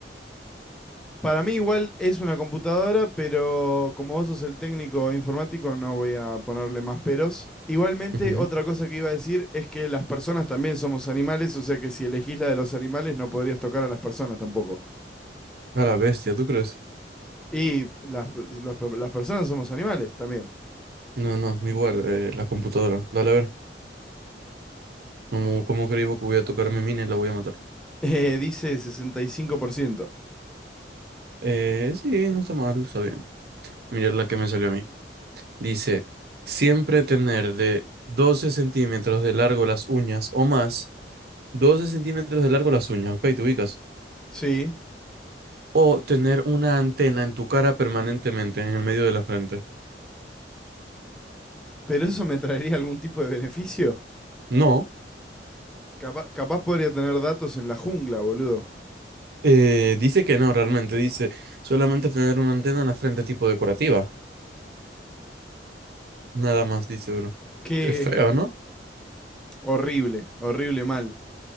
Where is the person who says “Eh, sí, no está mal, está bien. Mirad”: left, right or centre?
Right